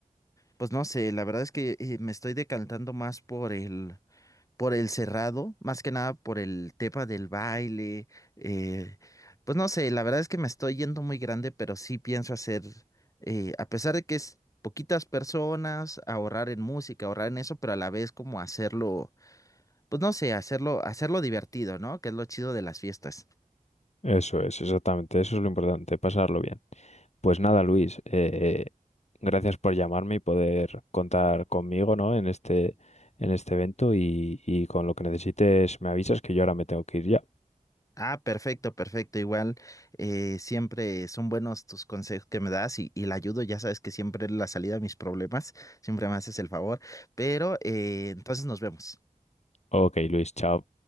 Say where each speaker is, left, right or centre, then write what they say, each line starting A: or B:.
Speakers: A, on the left; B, on the left.
A: pues no sé, la verdad es que eh, me estoy decantando más por el, por el cerrado, más que nada por el tema del baile. eh, pues no sé, la verdad es que me estoy yendo muy grande, pero sí pienso hacer, eh, a pesar de que es poquitas personas, ahorrar en música, ahorrar en eso, pero a la vez como hacerlo, pues no sé, hacerlo, hacerlo divertido, ¿no? Que es lo chido de las fiestas.
B: Eso es, exactamente, eso es lo importante, pasarlo bien. Pues nada, Luis, eh, gracias por llamarme y poder contar conmigo, ¿no? En este, en este evento y, y con lo que necesites me avisas que yo ahora me tengo que ir ya.
A: Ah, perfecto, perfecto. Igual eh, siempre son buenos tus consejos que me das y, y la ayudo. Ya sabes que siempre es la salida a mis problemas. Siempre me haces el favor. Pero eh, entonces nos vemos.
B: Ok, Luis, chao.